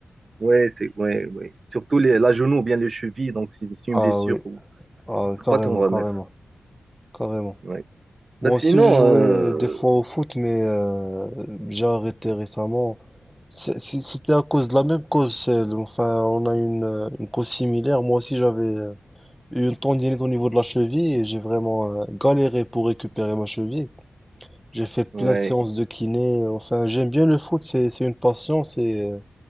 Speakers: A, on the right (about 45°); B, in the centre.
A: ouais, c'est, ouais, ouais. Surtout les, la genou ou bien les chevilles. Donc, c'est c'est
B: Ah
A: une blessure
B: oui,
A: où
B: ah,
A: tu peux
B: carrément,
A: pas t'en remettre.
B: carrément, carrément.
A: Ouais. Ben,
B: Moi
A: sinon,
B: aussi, j'ai joué
A: euh,
B: des fois au foot, mais euh, j'ai arrêté récemment. C'est- c'est- C'était à cause de la même cause. celle- Enfin, on a une, euh, une cause similaire. Moi aussi, j'avais euh, eu une tendinite au niveau de la cheville et j'ai vraiment euh, galéré pour récupérer ma cheville. J'ai fait plein
A: ouais.
B: de séances de kiné. Enfin, j'aime bien le foot, c'est c'est une passion, c'est euh,